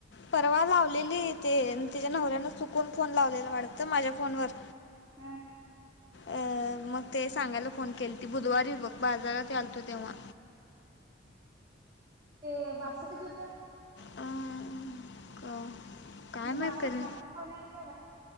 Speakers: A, on the left; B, on the right.
A: परवा लावलेली ते तच्या नवऱ्यान चुकून फोन लावलेला वाटतं माझ्या फोनवर
B: हा
A: अ मग ते सांगायला फोन केल ती बुधवारी बघ बाजारात आलतो तेव्हा
B: ते बर्सक ज्यत
A: अं, क- काय
B: म्हणजे
A: माहीत
B: बारस
A: कधी
B: झालं पावलेली काय वा